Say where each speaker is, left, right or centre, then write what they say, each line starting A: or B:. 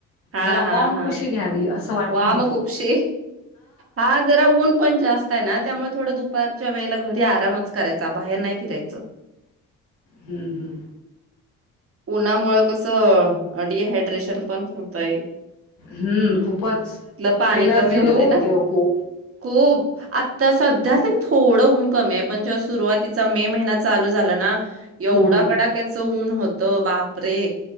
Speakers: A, on the right; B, on the left.
A: हा
B: जरा
A: हा
B: वॉम
A: हा
B: कुशी घ्यावी. असं वाटलं
A: वाम
B: होतं
A: खूपशी हा जरा ऊन पण जास्त आहे ना. त्यामुळे थोडं दुपारच्या वेळेला घरी आरामच करायचा बाहेर नाही फिरायच?
B: हम्म -हम्म.
A: उन्हामुळं कसं. डिहायड्रेशन पण होतयं.
B: हम्म खूपच
A: पाणी
B: एनर्जी
A: कमी होतय
B: लो होते
A: ना
B: ओ.
A: खूप आता सध्या तरी थोडं ऊन कमी हाय बघ, पण ज्या सुरुवातीचा मे महिन्यात पण चालू झालं ना. एवढां
B: हम्म हम्म
A: कडाक्याच ऊन होत तो बापरे!